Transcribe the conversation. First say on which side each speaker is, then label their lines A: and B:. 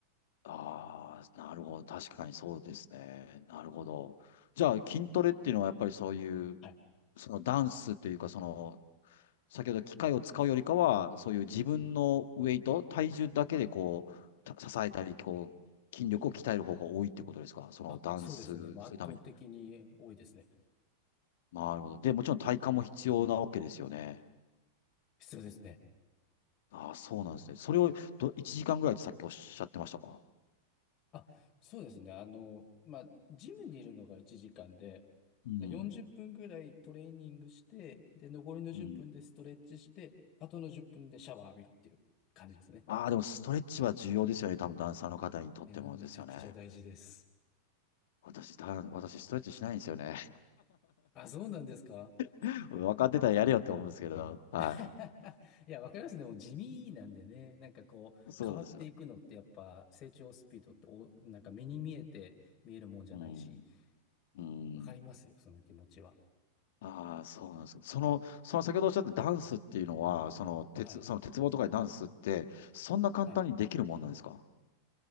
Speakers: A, on the left; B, on the left.
A: ああ、なるほど。確かにそうですね。なるほど。じゃあ、筋トレっていうのはやっぱりそういう、
B: はい。
A: そのダンスというか、その、先ほど機械を使うよりかは、そういう自分のウェイト、体重だけでこう、た支えたり、こう、筋力を鍛える方が多いってことですかそのダンスするために。
B: あ、そうですね。まあ圧倒的に多いですね。
A: なるほど。で、もちろん体幹も必要なわけですよね。
B: 必要ですね。
A: ああ、そうなんですね。それをど1時間ぐらいってさっきおっしゃってましたか
B: あ、そうですね。あの、まあ、ジムにいるのが1時間で、
A: うん。
B: 40分ぐらいトレーニングして、で、残りの10分でストレッチして、
A: うん。
B: あとの10分でシャワー浴びるっていう感じですね。
A: ああ、でもストレッチは重要ですよね。多分ダンサーの方にとってもですよね。
B: いやー、めちゃくちゃ大事です。
A: 私、ダン私ストレッチしないんですよね。
B: あ、そうなんですか
A: <laughs> 分かってたらやれよって思うんですけど。は
B: <laughs> いや、わかります。でも地味なんでね、なんかこう、
A: い。そうなんですよ。
B: 変わっていくのってやっぱ成長スピードってお、なんか目に見えて見えるもんじゃないし、
A: うん。うん。
B: わかりますよ、その気持ちは。
A: ああ、そうなんです。その、その先ほどおっしゃったダンスっていうのは、その鉄、
B: はい。
A: その鉄棒とかでダンスって、そんな簡単にできるもんなんですか
B: はい。